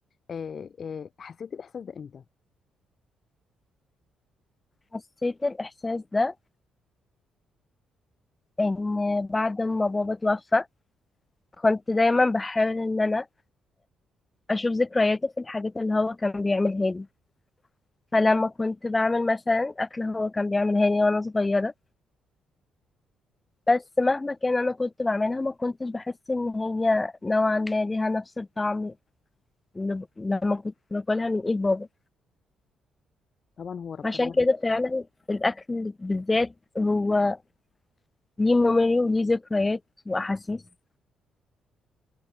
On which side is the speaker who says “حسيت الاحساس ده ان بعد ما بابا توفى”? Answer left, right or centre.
Left